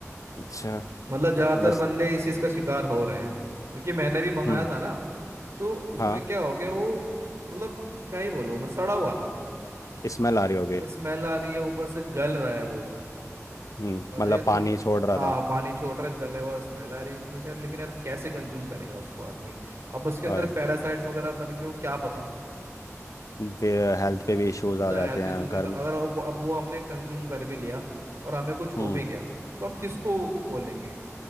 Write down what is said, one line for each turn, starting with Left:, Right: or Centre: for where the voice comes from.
Left: अच्छा
Right: मतलब ज्यादातर
Left: बस
Right: बंदे इस चीज का शिकार हो रहे हैं क्योंकि मैंने भी मंगाया
Left: हम्म
Right: था ना तो उसमें
Left: हाँ
Right: क्या हो गया वो मतलब क्या ही बोलूं मैं सड़ा हुआ था
Left: स्मेल आ रही होगी
Right: स्मेल आ रही है ऊपर से गल रहा है वो
Left: हम्म
Right: मतलब
Left: मतलब
Right: या तो
Left: पानी छोड़ रहा
Right: आ,
Left: था
Right: पानी छोड़ रहा है गले हुआ स्मेल आ रही है उसमें से यार लेकिन यार कैसे कंज्यूम करेगा उसको आदमी अब उसके अंदर
Left: और
Right: पैरासाइट्स वगैरह बन गए हो क्या पता
Left: फिर हेल्थ पे भी इश्यूज
Right: तो
Left: आ
Right: हेल्थ
Left: जाते हैं
Right: इश्यूज
Left: घर
Right: होंगे
Left: में
Right: अगर अब वो अब वो हमने कंज्यूम कर भी लिया और हमें कुछ हो
Left: हम्म
Right: भी गया तो हम किसको बोलेंगे